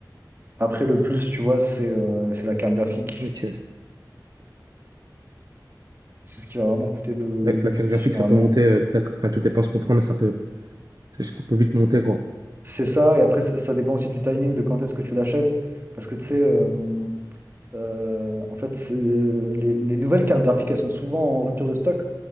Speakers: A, on the right (about 30°); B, on the right (about 60°).
A: Après, le plus, tu vois, c'est euh, c'est la carte graphique.
B: Ok.
A: C'est ce qui va vraiment coûter le, le-
B: La,
A: le
B: la carte
A: plus
B: graphique,
A: généralement.
B: ça peut monter, euh, très, très- enfin, tout dépend ce qu'on prend, mais ça peut, ça peut vite monter, quoi.
A: C'est ça, et après, ça, ça dépend aussi du timing de quand est-ce que tu l'achètes. Parce que tu sais. euh, Euh, en fait, c'est- les, les nouvelles cartes graphiques, elles sont souvent en rupture de stock.